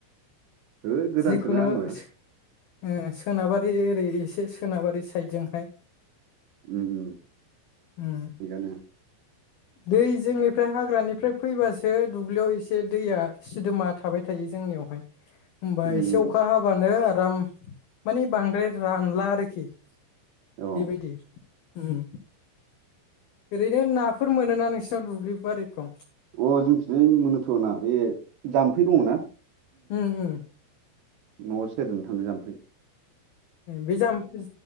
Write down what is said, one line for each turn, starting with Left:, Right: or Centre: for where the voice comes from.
Right: है गोदानसोना
Left: जिखुनु
Right: आंबो
Left: ओ सोनाबारि ओरै एसे सोनाबारि साइदजोंहाय
Right: उम उम
Left: उम
Right: थिगानो
Left: दै जोंनिफ्राय हाग्रानिफ्राय फैबासो दुब्लियाव एसे दैया सिदोमा थाबाय थायो जोंनियावहाय होमबा
Right: उम
Left: एसे
Right: उम
Left: अखा हाबानो आरो आराम माने बांद्राय रानला आरोखि
Right: अ
Left: बेबायदि उम ओरैनो नाफोर मोनोना नोंसिनाव दुब्लि बारिफ्राव
Right: अ जोंथिजों मोनोथ'ना बे जाम्फै दङ ना
Left: उम उम
Right: न'आव सेरजों थांनो जामफै
Left: बे जाय